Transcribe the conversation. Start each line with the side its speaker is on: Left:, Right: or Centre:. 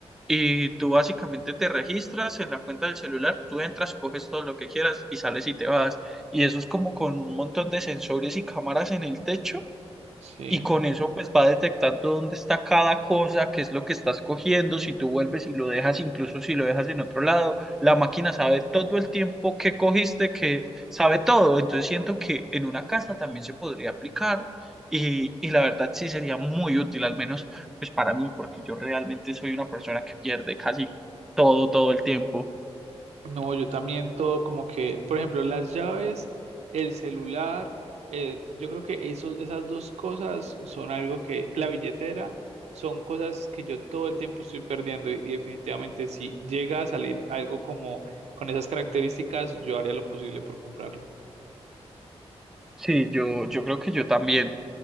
Centre: Y tú básicamente te registras en la cuenta del celular, tú entras, coges todo lo que quieras y sales y te vas. Y eso es como con un montón de sensores y cámaras en el techo
Right: Sí.
Centre: y con eso pues va detectando dónde está cada cosa, qué es lo que estás cogiendo, si tú vuelves y lo dejas, incluso si lo dejas en otro lado, la máquina sabe todo el tiempo que cogiste, que sabe todo. Entonces siento que en una casa también se podría aplicar y, y la verdad sí sería muy útil, al menos pues para mí, porque yo realmente soy una persona que pierde casi todo, todo el tiempo.
Right: No, yo también todo como que, por ejemplo, las llaves, el celular, eh, yo creo que esos, esas dos cosas son algo que, la billetera, son cosas que yo todo el tiempo estoy perdiendo y, y definitivamente si llega a salir algo como con esas características, yo haría lo posible por comprarlo.
Centre: Sí, yo, yo creo que yo también.